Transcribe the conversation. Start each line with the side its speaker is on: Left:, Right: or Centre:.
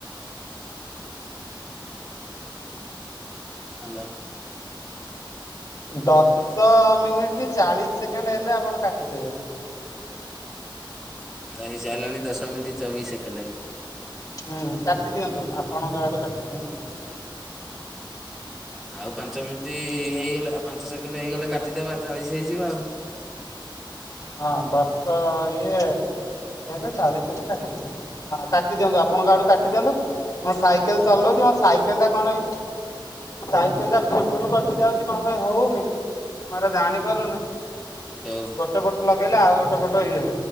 Centre: ହାଲୋ।
Left: ଦଶ ମିନିଟ ଚାଳିଶ ସେକେଣ୍ଡ ହେଲେ ଆପଣ କାଟିଦେବେ।
Centre: ଏ ତ ହେଇ ସାରିଲାଣି ଦଶ ମିିନିଟ ଚବିଶ ସେକେଣ୍ଡ
Left: ହୁଁ କାଟିଦିଅନ୍ତୁ ଆପଣଙ୍କ ଆଡୁ କାଟି ଦିଅନ୍ତୁ।
Centre: ଆଉ ପାଞ୍ଚ ମିନିଟ୍ ହେଇଗଲେ ପାଞ୍ଚ ସେକେଣ୍ଡ ହେଇଗଲେ କାଟିଦବା ଚାଳିଶ ହେଇଯିବ ଆଉ
Left: ହଁ ଦଶ ଇଏ ହେଲେ ଚାଳିଶ ହେଲା ହଁ କାଟି ଦିଅନ୍ତୁ ଆପଣଙ୍କାଡୁ କାଟିଦିଅନ୍ତୁ। ମୁଁ ସାଇକେଲ ଚଲାଉଛି ମ ସାଇକେଲ ଟା କଣ ସାଇକେଲ ଟା ଫୁଲ୍ ବୁଲ କଟି ଯାଉଛି କଣ ପାଇଁ ହଉନି ମୁଁ ଏଇଟା ଜାଣି ପାରୁନି।
Centre: ହଉ।
Left: ଗୋଟେ ପଟେ ଲଗେଇଲେ ଆଉ ଗୋଟେ ପଟେ ଇଏ